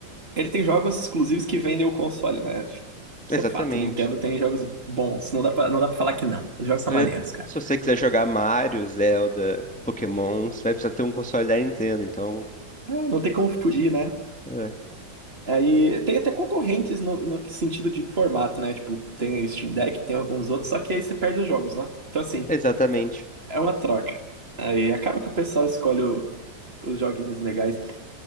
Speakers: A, on the right; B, in the centre.
A: ele tem jogos exclusivos que vendem o console, né? Tipo, Isso
B: Exatamente.
A: é fato. O Nintendo tem jogos bons. Não dá pra, não dá pra falar que não. Os jogos são
B: Pra-
A: maneiros, cara.
B: se você quiser jogar Mario, Zelda, Pokémon, você vai precisar ter um console da Nintendo, então.
A: Ah, Não tem como fugir, né?
B: é,
A: Aí tem até concorrentes no, no sentido de formato, né? Tipo, tem o Steam Deck, tem alguns outros, só que aí você perde os jogos, né? Então, assim.
B: Exatamente.
A: É uma troca. Aí acaba que o pessoal escolhe o- os joguinhos legais.